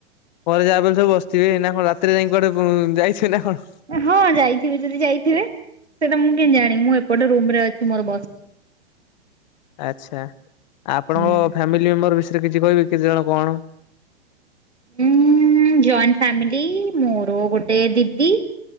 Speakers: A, on the left (about 45°); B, on the right (about 85°).
A: ଘରେ ଯାହା ବି ହେଲେ ସବୁ ବସିଥିବେ ଏଇନା କଣ ରା ରାତିରେ ଯାଇଁକି କୁଆଡେ ଯାଇଥିବେ ନା କଣ?
B: ହଁ ଯାଇଥିବେ ଯଦି ଯାଇଥିବେ ସେଟା ମୁଁ କେମିତି ଜାଣିବି ମୁଁ ଏପଟେ ରୁମ୍ ରେ ଅଛି ମୋର ବସ୍ <inaudible>
A: ଆଚ୍ଛା। ଆପଣଙ୍କ
B: ହୁଁ।
A: ଫ୍ୟାମିଲି? ଫ୍ୟାମିଲି ମେମ୍ବର୍ ବିଷୟରେ କିଛି କହିବେ କି କେତେ ଜଣ କଣ?
B: ଉଁ ଜଏଣ୍ଟ ଫ୍ୟାମିଲି ମୋର ଗୋଟେ ଦିଦି।